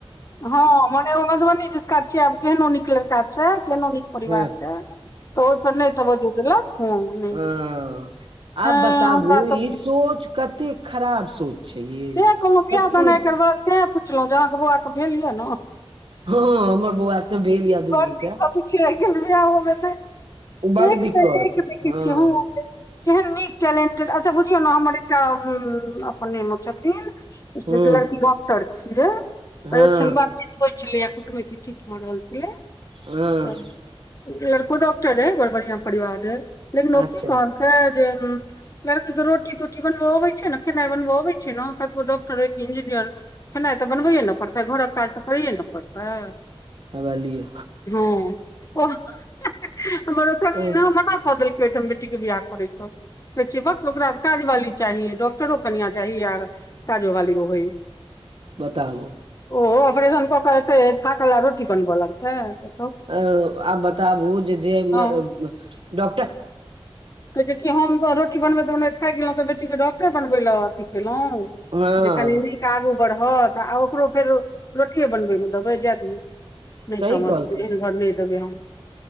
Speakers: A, on the left; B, on the right.
A: हँ मने ओ मधुबनी दिसका छियै केहनो नीक लडका छय, केहनो नीक परिवार
B: हँ
A: छय तऽ ओयपर नहि तवज्जोऽ देलक हं -नय,
B: हँ आब
A: ऐं
B: बताबू
A: हमरा
B: ई
A: त -
B: सोच कतेक खराब सोच छै ये
A: तैं कहलहुँ बिया
B: कते
A: दान आय काइल बड्ड तें पुछलहुँ जे अहाँके बौआके भेल यैए ने?
B: हँ हमर बौआ त भेल या दुनू
A: बड़ दिक्कत
B: के
A: होय छै आय काइल बिहाहो में नय,
B: बड
A: एक
B: दिक्कत
A: स एक देखे
B: हँ
A: छियै हं <unintelligible> केहन नीक टेलेंटेड, अच्छा बुझियौ ने हमर एकटा उं-अ- अपने मे छथिन, से
B: हँ
A: एकटा लड़की डॉक्टर छियै त
B: हँ
A: एखन वैह होय छलैये कुटुमैती ठीक भ रहल छलैयै
B: हँ
A: त - लड़को डॉक्टर रहय, बड्ड बढियां परिवार रहै, लेकिन ओकी
B: अच्छा
A: कहलकय जे उं- लड़की के रोटी तोटी बनवो आबे छै ने खेनाई बनब आबै छै ने कतबो डाक्टर रहय की इंजीनियर रहै खेनाइ तऽ बनबैए ने पड़तै घरक काज तऽ करैए ने पड़तै।
B: हौऐऽ लिय।
A: हँ -ओआ- <unintelligible> हमर ओ संगीना
B: हँ
A: मना कऽ देलकै ओयठाम बेटी के बियाह करै स कय छै बक्क ओकरा त काज बाली चाही डॉक्टरो कनिआ चाही आर
B: <inaudible>
A: काजो वाली होय
B: बताबू
A: ओ अपरेशन कऽ कऽ एतय थाकल आ रोटी बनब लग तै-बताउ?
B: अ- आब बताबु जे जे मे
A: हँ
B: डॉक्टर
A: कहै छै कि हम त रोटी बनबैत थाइक गेलौं तऽ बेटीके डॉक्टर बनबै लए अथी केलहुँ?
B: हँ
A: जे कनि नीक आगू बढ़त आ ओकरो फेर रोटिये बनबै मे देबै जाए दियौ नै
B: सही
A: समझ
B: कहलकै
A: छियै एहन घर नै देबै हम।